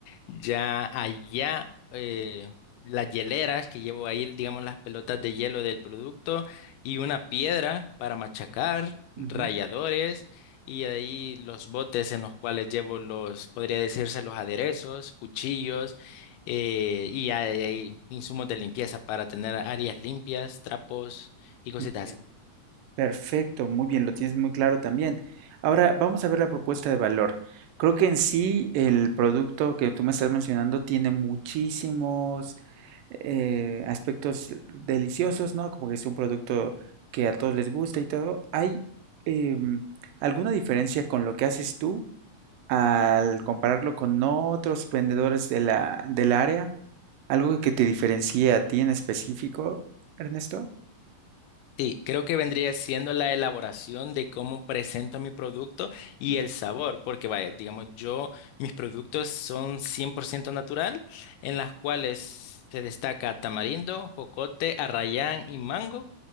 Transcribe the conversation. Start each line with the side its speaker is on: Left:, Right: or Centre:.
Left: Ya allá eh, las hieleras que llevo ahí, digamos las pelotas de hielo del producto y una piedra para machacar,
Right: ujú,
Left: ralladores y ahí los botes en los cuales llevo los, podría decirse los aderezos, cuchillos eh, y hay, hay insumos de limpieza para tener áreas limpias, trapos y cositas
Right: Muy
Left: así.
Right: bien. Perfecto, muy bien, lo tienes muy claro también. Ahora vamos a ver la propuesta de valor. Creo que en sí el producto que tú me estás mencionando tiene muchísimos eh, aspectos deliciosos, ¿no? Como que es un producto que a todos les gusta y todo. ¿Hay em, alguna diferencia con lo que haces tú al compararlo con otros vendedores de la, del área? ¿Algo que te diferencie a ti en específico, Ernesto?
Left: Sí, creo que vendría siendo la elaboración de cómo presento mi producto y
Right: Ujú.
Left: el sabor, porque vaya, digamos, yo, mis productos son 100% natural, en las cuales se destaca tamarindo, jocote, arrayán y mango,